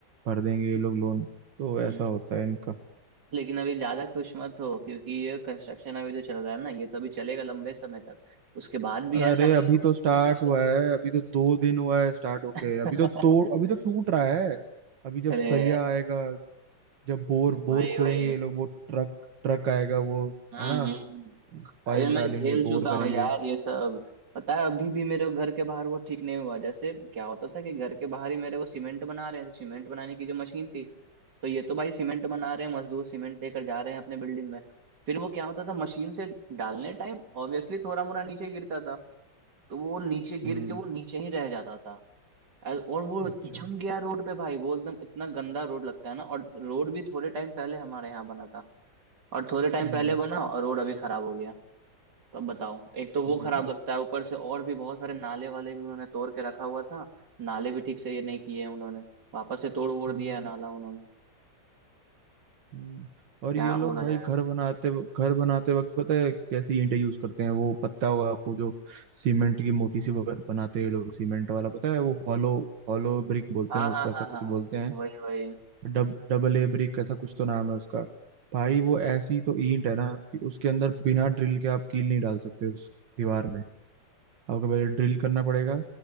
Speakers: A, on the right; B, on the right.
A: भर देंगे ये लोग लोन तो ऐसा
B: हम्म।
A: होता है इनका
B: लेकिन अभी ज्यादा खुश मत हो क्योंकि ये कंस्ट्रक्शन अभी जो चल रहा है ना ये तो अभी चलेगा लंबे समय तक उसके बाद भी
A: अरे
B: ऐसा नहीं
A: अभी
B: होगा
A: तो
B: कि
A: स्टार्ट
B: ये सब
A: हुआ है अभी तो दो दिन हुआ है स्टार्ट होके
B: <laughs>
A: अभी तो तोड़ अभी तो टूट रहा है अभी जब
B: अरे
A: सरिया आएगा जब बोर बोर
B: वही
A: खोदेंगे
B: वही
A: ये लोग वो ट्रक ट्रक आएगा वो
B: हम्म
A: है ना
B: हम्म।
A: पाइप
B: अरे मैं
A: डालेंगे
B: झेल चुका
A: बोर करेंगे
B: हूँ यार ये सब पता है अभी भी मेरे घर के बाहर वो ठीक नहीं हुआ जैसे क्या होता था कि घर के बाहर ही मेरे वो सीमेंट बना रहे हैं तो सीमेंट बनाने की जो मशीन थी तो ये तो भाई सीमेंट बना रहे हैं मजदूर सीमेंट लेकर जा रहे हैं अपने बिल्डिंग में फिर वो क्या होता था मशीन से डालने टाइम ऑब्वियसली थोड़ा मोड़ा नीचे गिरता था तो वो नीचे गिर
A: हम्म
B: के वो नीचे ही रह जाता था अल- और वो
A: अच्छा
B: जम गया रोड पे भाई वो एकदम इतना गंदा रोड लगता है ना और रोड भी थोड़े टाइम पहले हमारे यहाँ बना था और थोड़े टाइम
A: हम्म
B: पहले बना और रोड अभी खराब हो गया तो अब बताओ एक तो वो
A: हम्म,
B: खराब लगता है ऊपर से और भी बहुत सारे नाले वाले भी उन्होंने तोड़ के रखा हुआ था नाले भी ठीक से ये नहीं किए हैं उन्होंने वापस से तोड़ वोड़
A: हम्म,
B: दिया है नाला उन्होंने
A: हम्म। और
B: क्या
A: ये लोग
B: बोला
A: भाई
B: जाए
A: घर बनाते घर बनाते वक्त पता है कैसी ईंटें यूज करते हैं वो पता होगा आपको जो सीमेंट की मोटी सी ब- बनाते हैं ये लोग सीमेंट वाला पता है वो हॉलो हॉलो ब्रिक बोलते
B: हाँ
A: हैं उसको
B: हाँ
A: ऐसा
B: हाँ
A: कुछ बोलते
B: हाँ
A: हैं
B: वही वही <laughs>
A: डब डबल ए ब्रिक ऐसा कुछ तो नाम है उसका भाई वो ऐसी तो ईंट है ना कि उसके अंदर बिना ड्रिल के आप कील नहीं डाल सकते उस दीवार में आपको पहले ड्रिल करना पड़ेगा